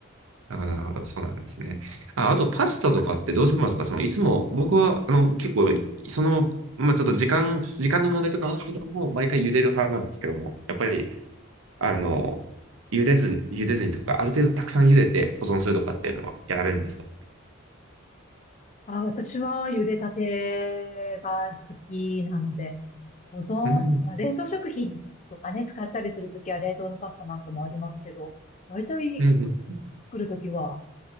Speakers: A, on the right; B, on the left.
A: あ、なるほど、そうなんですね。あ、あと、パスタとかってどうしますかその、いつも、僕は、あの、結構、その、まあ、ちょっと時間、時間の問題とかはあるけども、毎回茹でる派なんですけども、やっぱり、あの、茹でず、茹でずにとか、ある程度たくさん茹でて保存するとかっていうのはやられるんですか
B: あ、私は茹でたてが好きなので、保存、
A: うん、
B: まあ、冷凍食品とかね、使ったりするときは冷凍のパスタなんかもありますけど、だいたい
A: うん、うん。
B: 作るときは